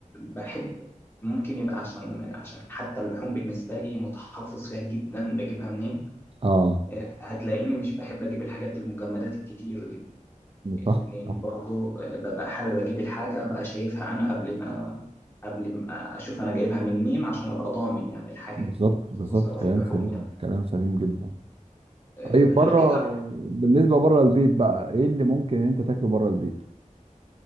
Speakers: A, on the left; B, on the right.
A: بحب ممكن يبقى عشان عشان حتى اللحوم بالنسبة لي متحفظ فيها جدا بجيبها منين
B: اه
A: آه، هتلاقيني مش بحب أجيب الحاجات المجمدات الكتير دي
B: صح
A: لأن
B: صح
A: برضو آه، ببقى حابب أجيب الحاجة أبقى شايفها أنا قبل ما قبل ما أشوف أنا جايبها من مين عشان أبقى ضامن يعني الحاجة
B: بالظبط
A: دي
B: بالظبط
A: خصوصا
B: كلام
A: في اللحوم
B: سليم
A: يعني
B: كلام سليم جدا
A: آه،
B: طيب بره
A: غير كده
B: بالنسبه بره البيت بقى ايه اللي ممكن انت تاكله بره البيت